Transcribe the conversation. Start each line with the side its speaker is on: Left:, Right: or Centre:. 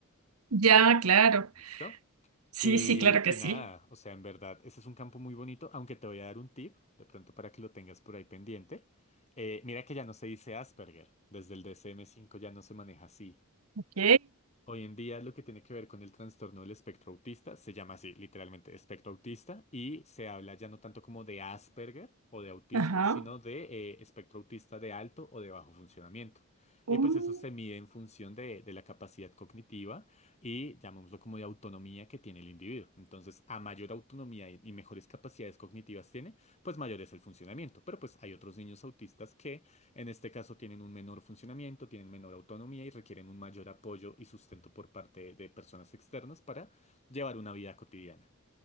Right: Ya, claro.
Left: ¿Listo?
Right: Sí,
Left: Y,
Right: sí, claro que
Left: y
Right: sí.
Left: nada, o sea, en verdad, ese es un campo muy bonito, aunque te voy a dar un tip, de pronto para que lo tengas por ahí pendiente. Eh, mira que ya no se dice Asperger, desde el dsm cinco ya no se maneja así.
Right: Ok,
Left: Hoy en día lo que tiene que ver con el trastorno del espectro autista se llama así, literalmente, espectro autista, y se habla ya no tanto como de Asperger o de autismo,
Right: ajá.
Left: sino de eh, espectro autista de alto o de bajo funcionamiento. Y
Right: Uh,
Left: pues eso se mide en función de, de la capacidad cognitiva y llamémoslo como de autonomía que tiene el individuo. Entonces, a mayor autonomía y, y mejores capacidades cognitivas tiene, pues mayor es el funcionamiento. Pero pues hay otros niños autistas que en este caso tienen un menor funcionamiento, tienen menor autonomía y requieren un mayor apoyo y sustento por parte de personas externas para llevar una vida cotidiana.